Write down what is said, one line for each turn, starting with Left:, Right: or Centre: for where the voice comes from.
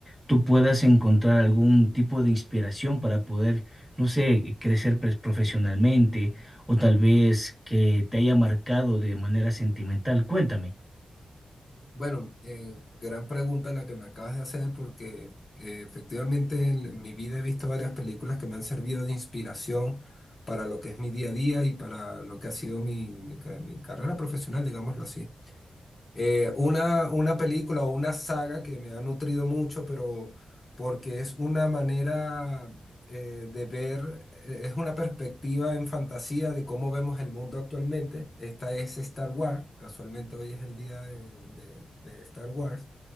Centre: tú puedas encontrar algún tipo de inspiración para poder, no sé, crecer pues, profesionalmente o tal vez que te haya marcado de manera sentimental. Cuéntame.
Left: Bueno, eh, gran pregunta la que me acabas de hacer porque eh, efectivamente en mi vida he visto varias películas que me han servido de inspiración para lo que es mi día a día y para lo que ha sido mi, mi ca- mi carrera profesional, digámoslo así. Eh, una, una película o una saga que me ha nutrido mucho, pero porque es una manera eh, de ver, eh, es una perspectiva en fantasía de cómo vemos el mundo actualmente. Esta es Star Wars, casualmente hoy es el día de, de de Star Wars